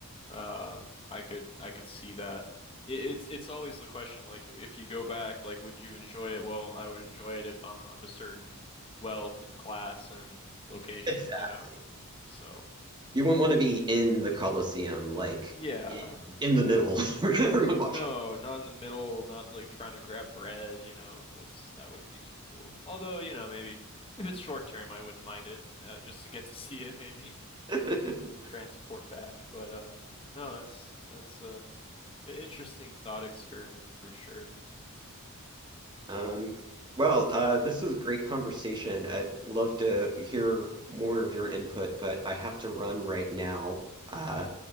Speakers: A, on the left; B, on the right.
A: Uh I could I could see that. It, it's it's always the question like if you go back like would you enjoy it? Well, I would enjoy it if I'm of a certain wealth and class and location,
B: Exactly.
A: you know. So,
B: you wouldn't want to be in the Colosseum, like
A: yeah.
B: in, in the middle <laughs> where everyone watching.
A: No, not in the middle, not like trying to grab bread, you know, it's that wouldn't be too cool. Although, you know, maybe if it's short term, I wouldn't mind it, uh, just to get to <laughs> see it maybe
B: <laughs>
A: <laughs> and transport back. But uh no, that's that's uh an interesting thought experiment for sure.
B: Um, well, uh, this is a great conversation. I'd love to hear more of your input, but I have to run right now. Uh,